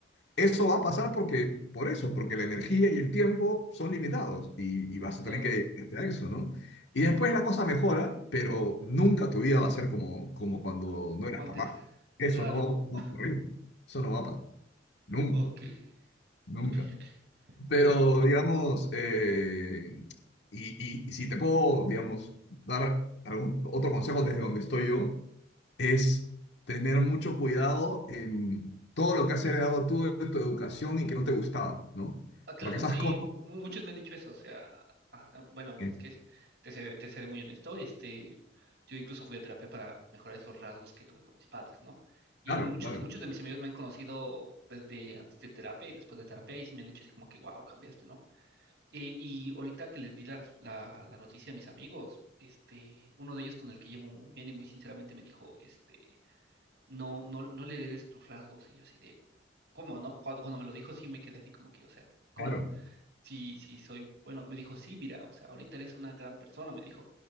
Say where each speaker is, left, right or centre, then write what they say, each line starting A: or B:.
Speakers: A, on the left (about 65°); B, on the right (about 65°).
A: Eso va a pasar porque, por eso, porque la energía y el tiempo son limitados y, y vas
B: claro,
A: a tener que gestionar eso, ¿no? Y después la cosa mejora, pero nunca tu vida va a ser como, como cuando
B: co- como
A: no eras
B: antes,
A: papá. Eso
B: claro.
A: no, no va a ocurrir. Eso no va a pasar. Nunca,
B: Ok,
A: nunca.
B: ok, ok.
A: Pero,
B: Y
A: digamos, eh, y, y- y si te puedo, digamos, dar algún otro consejo desde donde estoy yo, es tener mucho cuidado en todo lo que has heredado tú de tu educación y que no te gustaba, ¿no?
B: ah, claro,
A: Porque esas
B: sí,
A: cosas...
B: mu- muchos me han dicho eso, o sea, ah, ah, bueno,
A: que-
B: es que te seré, te seré muy honesto, este, yo incluso fui a terapia para mejorar esos rasgos que tuve con mis padres, ¿no? Y
A: Claro,
B: muchos,
A: claro,
B: muchos de mis amigos me han conocido desde antes de terapia y después de terapia y sí me han dicho así como que, wow, cambiaste, ¿no? Eh, y ahorita que les di la, la, la noticia a mis amigos, este, uno de ellos con el que llevo muy bien y muy sinceramente me dijo, este... no, no, no le heredes tus rasgos. Y yo así de, ¿cómo no? Cuando, cuando me lo dijo, sí me quedé así como que, o sea, ¿cómo?
A: claro,
B: Sí, sí, soy, bueno, me dijo, sí, mira, o sea, ahorita eres una gran persona, me dijo,